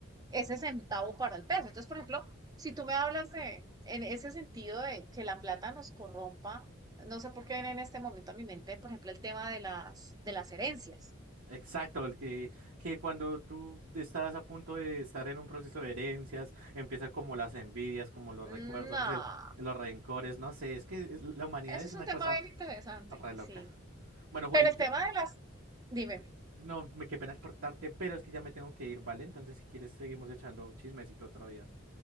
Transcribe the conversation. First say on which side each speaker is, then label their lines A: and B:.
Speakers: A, on the right; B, on the right.
A: ese centavo para el peso. Entonces, por ejemplo, si tú me hablas de, en ese sentido de que la plata nos corrompa, no sé por qué viene en este momento a mi mente, por ejemplo, el tema de las, de las herencias.
B: Exacto, el que, que cuando tú estás a punto de estar en un proceso de herencias, empiezan como las envidias, como los
A: No.
B: recuerdos, el, los rencores, no sé, es que es- la humanidad
A: Eso
B: es
A: es
B: una
A: un tema
B: cosa
A: bien interesante,
B: re loca.
A: sí.
B: Bueno, Juli,
A: Pero el
B: te-
A: tema de las, dime,
B: no, me qué pena cortarte, pero es que ya me tengo que ir, ¿vale? Entonces, si quieres, seguimos echando chismecito otro día.